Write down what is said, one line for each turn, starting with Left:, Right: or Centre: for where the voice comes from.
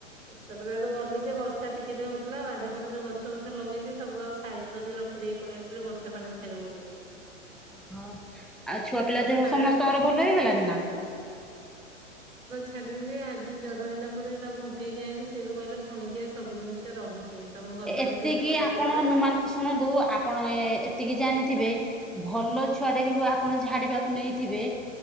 Right: ତାପରେ ହେଠୁ ଗଲି ଯେ ବର୍ଷା ଟିକେ ଟିକେ ହଉଥିଲା ବାରିପଟେ ଯୋଉ ଗଛ ଗୁଛି ଲଗେଇଛି ସବୁ ତକ ସାଇଜ କରିକି ରଖିଦେଇକି ପଳେଇଆସିଲି ବର୍ଷା ପାଣି ଖାଇବ ବୋଲି। <inaudible>
Centre: ଅ ହୋ। ଆଉ ଛୁଆ ପିଲା ଦେହ
Right: ପାଣି
Centre: ସମସ୍ତଙ୍କର ଭଲ ହେଇଗଲଣି ନା।
Right: ଛାଡ଼ିନି ଯେ ଆଜି ଜରଇନା ପୁରୀ ତା ତ ଫୁଙ୍କେଇକି ଆଣିଲି ସେିଏ ବି କହିଲେ ଖୁଣିକିଆ ସବୁିଦିନସେ ରହୁଛି। ତମ ଘର ପାଖରେ
Centre: ଏତିକି
Right: ଯେହେତୁ ମେଡିକାଲ
Centre: ଆପଣ
Right: ଟା
Centre: ଅନୁମାନ
Right: ନା
Centre: ଶୁଣନ୍ତୁ ଆପଣ ଏତିକି ଜାଣିଥିବେ ଭଲ ଛୁଆ ଟା କି ଆପଣ ଝାଡିବାକୁ ନେଇଥିବେ